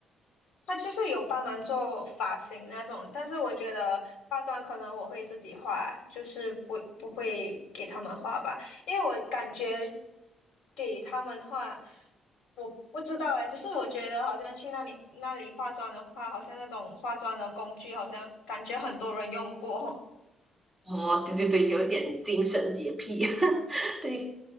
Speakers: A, on the left; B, in the centre.
A: 他就是有帮忙做发型那种，但是我觉得化妆可能我会自己化，就是不不会给他们画吧，因为我感觉给他们画，我不知道哎，就是我觉得好像去那里那里化妆的话，好像那种化妆的工具，好像感觉很多人用过。
B: 哦，对对对，有一点精神洁癖，<laughs> 对。